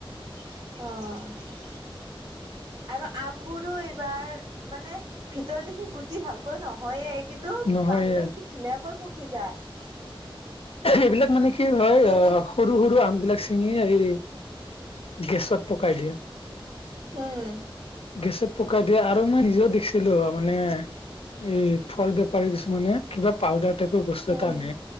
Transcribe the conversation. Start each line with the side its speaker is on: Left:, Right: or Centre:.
Right: অ' আৰু আমবোৰো এইবাৰ মানে ভিতৰত দেখি গুটি ভালকৈ নহ'য়ে। কিন্তু
Left: নহয়
Right: বাহিৰত কি ধুনীয়াকৈ পকি যায়।
Left: এইবিলাক মানে কি হয়,
Right: তেনে
Left: অ', সৰু সৰু আম বিলাক চিঙি এই গেছত পকাই দিয়ে।
Right: উম
Left: গেছত পকাই দিয়ে আৰু মই নিজেয়ো দেখিছিলোঁ মানে এই ফল বেপাৰী কিছুমানে কিবা পাউদাৰ টাইপৰ বচ
Right: উম
Left: টানে,